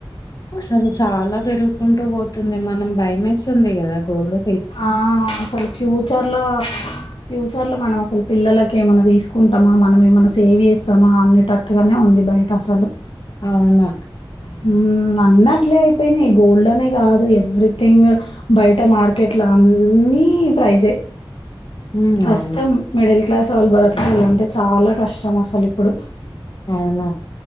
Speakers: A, on the left; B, on the left.
A: అసలు చాలా పెరుగుకుంటూ పోతుంది మనం భయమేస్తుంది కదా గోల్డు
B: ఆ అసలు ఫ్యూచర్ లో ఫ్యూచర్ లో మనం అసలు పిల్లలకి ఏమైన్నా తీసుకుంటామా మనం ఏమైన్నా సేవ్ చేస్తామా అనేటట్టుగానే ఉంది బయట అసలు
A: అవును
B: హ్మ్మ్ అన్నట్లే పోయినాయ్ గోల్డనే కాదు ఎవ్రీథింగ్ బయట మార్కెట్ లో అన్ని ప్రైజే
A: ఉమ్
B: కష్టం
A: అవును
B: మిడిల్ క్లాస్ వాళ్ళు బ్రతకాలంటే చాలా కష్టం అసలు ఇప్పుడు
A: అవును